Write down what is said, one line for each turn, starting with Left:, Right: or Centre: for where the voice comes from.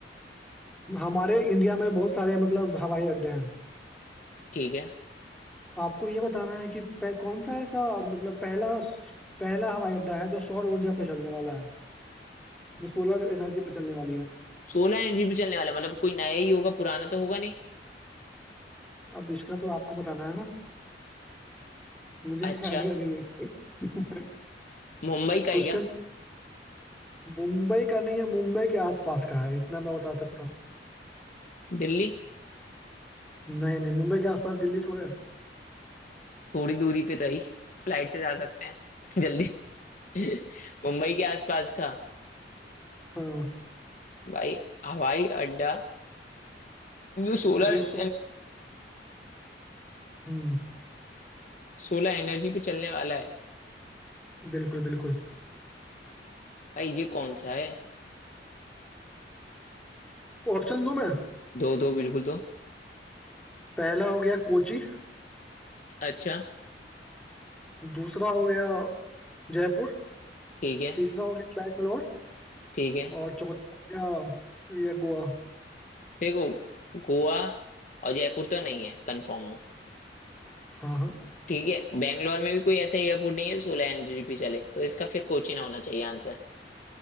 Centre: हमारे इंडिया में बहुत सारे मतलब हवाई अड्डे हैं
Left: ठीक है
Centre: आपको ये बताना है कि पह, कौन सा ऐसा मतलब पहला पहला हवाई अड्डा है जो सौर ऊर्जा पे चलने वाला है जो सोलर एनर्जी पे चलने वाली है
Left: सोलह एनर्जी पे चलने वाला मतलब कोई नया ही होगा पुराना तो होगा नहीं
Centre: अब इसका तो आपको बताना है ना मुझे इसका
Left: अच्छा
Centre: आइडिया नहीं है <laughs>
Left: मुंबई का
Centre: क्वेश्चन
Left: है क्या
Centre: मुंबई का नहीं है मुंबई के आसपास का है इतना मैं बता सकता
Left: दिल्ली
Centre: हूँ नहीं नहीं मुंबई के आसपास दिल्ली थोड़े <laughs> है।
Left: थोड़ी दूरी पे तो है ही फ्लाइट से जा सकते हैं <laughs> जल्दी <laughs> मुंबई के आसपास का
Centre: हाँ
Left: भाई हवाई अड्डा जो सोलर
Centre: जो सौ हम्म
Left: सोलर एनर्जी पे चलने वाला है
Centre: बिल्कुल बिल्कुल
Left: भाई ये कौन सा है
Centre: ऑप्शन दूं मैं
Left: दो दो बिल्कुल दो
Centre: पहला हो गया कोची
Left: अच्छा
Centre: दूसरा हो गया जयपुर
Left: ठीक है
Centre: तीसरा हो गया बैंगलोर
Left: ठीक है
Centre: और चौथा हो गया ये गोवा
Left: देखो गोवा और जयपुर तो नहीं है कंफर्म हो
Centre: हाँ हाँ
Left: ठीक है बेंगलोर में भी कोई ऐसा एयरपोर्ट नहीं है सोलर एनर्जी पे चले तो इसका फिर कोचीन होना चाहिए आंसर